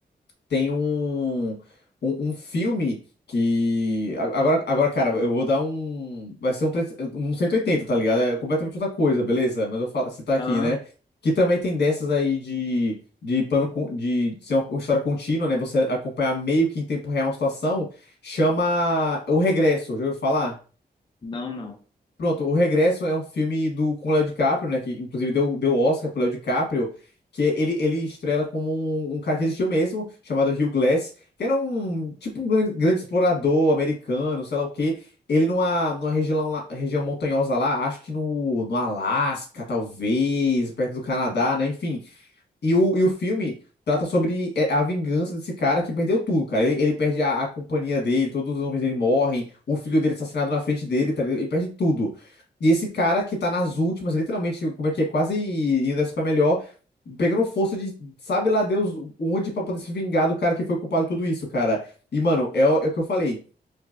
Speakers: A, on the left; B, on the left.
A: tem um, um, um filme que. a- Agora, agora, cara, eu vou dar um. Vai ser um, 3 um cento e oitenta tá ligado? É completamente outra coisa, beleza? Mas eu vou falar, citar aqui,
B: Aham.
A: né? Que também tem dessas aí de, de plano con- de ser uma história contínua, né? Você acompanhar meio que em tempo real uma situação, chama O Regresso, já ouviu falar?
B: Não, não.
A: Pronto, O Regresso é um filme do, com o Léo DiCaprio, né? Que inclusive deu, deu Oscar pro Léo DiCaprio, que ele, ele estrela como um, um cara que existiu mesmo, chamado Hugh Glass, que era um tipo um grande, grande explorador americano, sei lá o quê. Ele numa, numa região, lá- região montanhosa lá, acho que no, no Alasca, talvez, perto do Canadá, né? Enfim. E o, e o filme trata sobre é, a vingança desse cara que perdeu tudo, cara. Ele, ele perde a, a companhia dele, todos os homens dele morrem, o filho dele é assassinado na frente dele, tá ligado? Ele perde tudo. E esse cara que tá nas últimas, literalmente, como é que é, quase indo dessa pra melhor, pegando força de sabe lá Deus onde pra poder se vingar do cara que foi culpado de tudo isso, cara. E, mano, é, o- é o que eu falei.